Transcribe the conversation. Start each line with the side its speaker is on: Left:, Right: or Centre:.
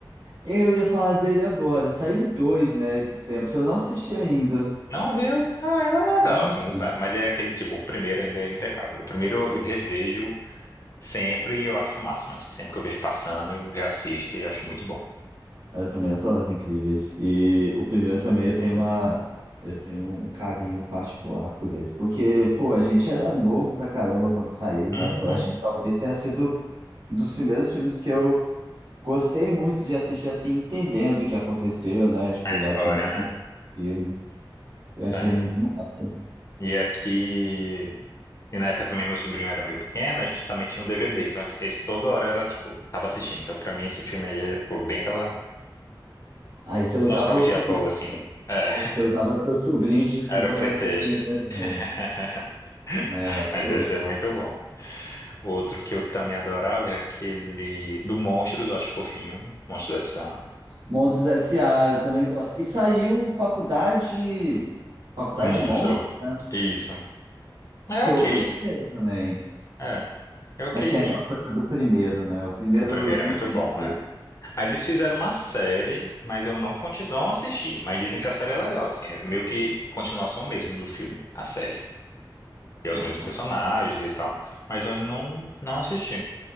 Right: Eu ia falar dele agora. Saiu dois, né, esses tempos. Eu não assisti ainda.
Left: Não viu? Ah, ela é legal,
Right: Não
Left: assim,
Right: vi.
Left: o- mas é aquele tipo, o primeiro ainda é impecável. O primeiro eu revejo Sempre eu acho o máximo, assim. Sempre que eu vejo passando, eu reassisto e acho muito bom.
Right: Eu também adoro Os Incríveis. E o primeiro também eu tenho uma. Eu tenho um carinho particular por ele. Porque, pô, a gente era novo pra caramba quando saiu, né?
Left: Uhum.
Right: Foi, acho que talvez tenha sido um dos primeiros filmes que eu gostei muito de assistir, assim, entendendo o que aconteceu, né? Tipo,
Left: A história,
Right: a dinâmica
Left: né?
Right: do filme. Eu achei
Left: É.
Right: muito massa.
Left: E aqui. E na época também meu sobrinho era meio pequeno, a gente também tinha um DVD. Então esse, esse toda hora era tipo, tava assistindo. Então pra mim esse filme aí ficou bem aquela
Right: Aí você usava
Left: nostalgia
Right: o seu,
Left: boa, assim. É,
Right: você usava seu sobrinho
Left: <laughs>
Right: de desculpa
Left: era o pretexto.
Right: pra assistir o desenho.
Left: <laughs>
Right: Aí arrasou.
Left: Mas esse é muito bom. Outro que eu também adorava é aquele do Monstro, eu acho fofinho. Monstro dessa.
Right: Monstros S A eu também gosto. E saiu Faculdade, Faculdade
Left: Monstro.
Right: Monstros, né?
Left: Isso. É
Right: Que
Left: ok.
Right: eu, eu gostei também.
Left: É. É okzinho.
Right: Mas tem aquela coisa do primeiro, né? O primeiro
Left: O primeiro é
Right: não
Left: muito
Right: tem
Left: bom,
Right: jeito.
Left: é. Aí eles fizeram uma série, mas eu não, conti- não assisti. Mas dizem que a série é legal, assim. É meio que continuação mesmo do filme, a série. E é
Right: Nossa,
Left: os mesmos
Right: mas,
Left: personagens e tal. Mas eu não, não assisti